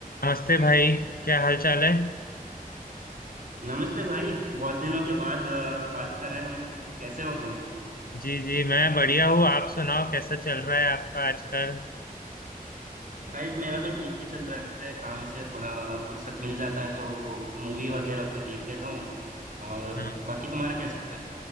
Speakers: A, on the left; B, on the right.
A: नमस्ते भाई क्या हाल चाल है
B: नमस्ते भाई बहुत दिनों के बाद अ, बात कर रहे हैं हम कैसे हो तुम
A: जी जी मैं बढ़िया हूँ आप सुनाओ कैसा चल रहा है आपका आजकल
B: भाई मेरा तो ठीक ही चल रहा है काम से थोड़ा फुर्सत मिल जाता है तो मूवी वगैरह कोई देख लेता हूँ और अ,
A: हाँ
B: बाकी तुम्हारा क्या चल रहा है